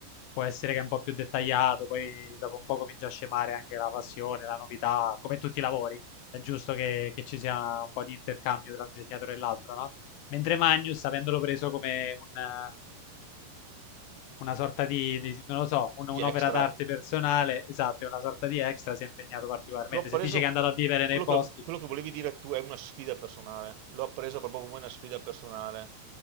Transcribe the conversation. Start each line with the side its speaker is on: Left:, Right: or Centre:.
Left: può essere che è un po' più dettagliato, poi dopo un po' comincia a scemare anche la passione, la novità, come tutti i lavori, è giusto che, che ci sia un po' di intercambio tra un disegnatore e l'altro, no? Mentre Magnus, avendolo preso come un, eh, una sorta di, di- non lo so, un-
Right: di
Left: un'opera
Right: extra.
Left: d'arte personale, esatto, è una sorta di extra, si è impegnato particolarmente.
Right: L'ho appreso,
Left: Se dice che è andato a vivere
Right: quello
Left: nei boschi,
Right: che, quello che volevi dire tu è una sfida personale, l'ho appreso proprio come una sfida personale.